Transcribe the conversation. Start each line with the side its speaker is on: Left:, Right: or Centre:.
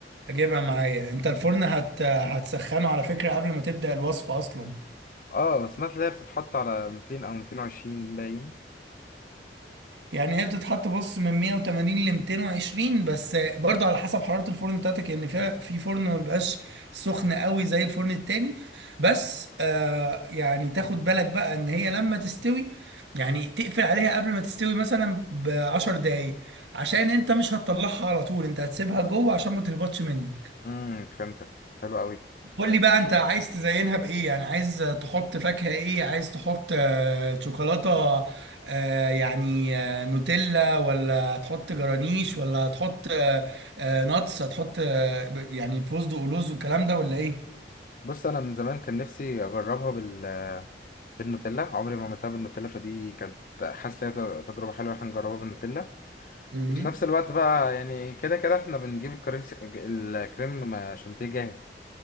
Right: هجيبها معايا انت الفرن هت... هتسخنه على فكره قبل ما تبدا الوصفه اصلا
Left: اه سمعت اللي هي بتتحط على 200 أو 220 باين
Right: يعني هي بتتحط بص من 180 ل 220 بس برضه على حسب حرارة الفرن بتاعتك يعني فيها في فرن ما بيبقاش سخن قوي زي الفرن التاني بس آه يعني تاخد بالك بقى ان هي لما تستوي يعني تقفل عليها قبل ما تستوي مثلا ب 10 دقايق عشان انت مش هتطلعها على طول انت هتسيبها جوه عشان ما تهبطش منك
Left: امم فهمتك حلو قوي
Right: قول لي بقى انت عايز تزينها بايه يعني عايز تحط فاكهة ايه عايز تحط آه، شوكولاتة آه، يعني آه، نوتيلا ولا تحط جرانيش ولا تحط ناتس هتحط آه، ب- يعني فستق ولوز والكلام ده ولا ايه
Left: بص أنا من زمان كان نفسي أجربها بال... بالنوتيلا عمري ما عملتها بالنوتيلا فدي كانت حاسس إن هي تجربة حلوة إحنا نجربها بالنوتيلا
Right: امم
Left: وفي نفس الوقت بقى يعني كده كده احنا بنجيب الكريس الكريم شانتيه جاهز